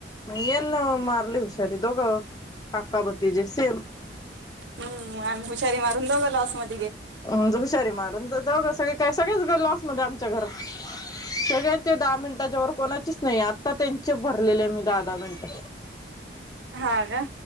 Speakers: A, on the left; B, on the right.
A: नाहीन मारली हुशारी दोघं. काका बतीजे सेम.
B: हम् आणि हुषारी मारूनंद दोघं लावू असं म्हणतात.
A: अम हुशारी मारून जाऊ ग. सगळे काय सगळेच ग लॉसमध्ये आमच्या घरात. सगळ्यांचे दहा मिनिटांच्या वर कोणाचेच नाही. आत्ता त्यांचे भरलेले आहे मी दहा-दहा मिनिट.
B: हा ग्.